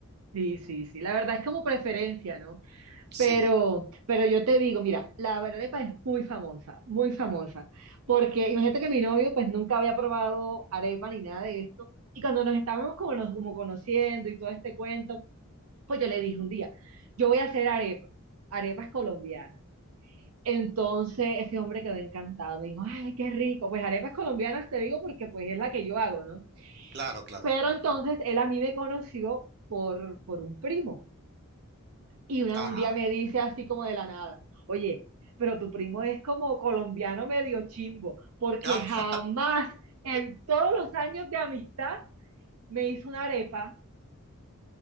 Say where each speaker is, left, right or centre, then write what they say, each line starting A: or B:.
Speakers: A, on the right; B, on the right.
A: Sí, sí, sí. La verdad es como preferencia, ¿no?
B: Sí.
A: Pero, pero yo te digo, mira, la arepa es muy famosa, muy famosa, porque imagínate que mi novio pues nunca había probado arepa ni nada de esto, y cuando nos estábamos como, nos- como conociendo y todo este cuento, pues yo le dije un día, yo voy a hacer arepas, arepas colombianas. Entonces ese hombre quedó encantado, me dijo, ay, qué rico, pues arepas colombianas te digo porque pues es la que yo hago, ¿no?
B: Claro, claro.
A: Pero entonces él a mí me conoció por, por un primo. Y una-
B: Ajá.
A: un día me dice así como de la nada, oye, pero tu primo es como colombiano medio chimbo, porque
B: Ah,
A: jamás en todos los años de amistad me hizo una arepa.